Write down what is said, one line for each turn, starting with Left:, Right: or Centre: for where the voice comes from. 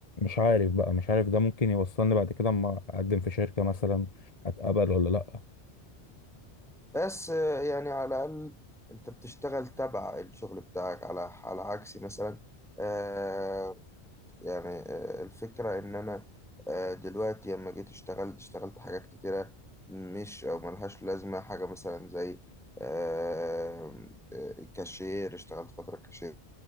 Left: عارف بقى مش عارف ده ممكن يوصلني بعد كده أما أقدم في شركة مثلا أتقبل ولا لأ
Centre: بس آه، يعني على الاقل انت بتشتغل تبع الشغل بتاعك على على عكسي مثلا آه، يعني آه، الفكرة إن أنا آه، دلوقتي لما جيت اشتغلت اشتغلت حاجات كتيرة مش أو ملهاش لازمة حاجة مثلا زي آه، آه، كاشير اشتغلت فترة كاشير